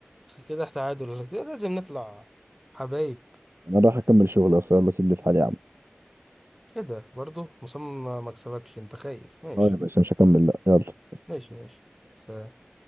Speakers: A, in the centre; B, on the right.
A: كده تعادل كده لازم نطلع حبايب
B: انا راح اكمل شغل اصلا يلا سيبني في حالي يا عم
A: ايه ده برضو مصمم ما مكسبكش انت خايف ماشي
B: اه يا باشا مش هكمل لا يلا
A: ماشي ماشي سلام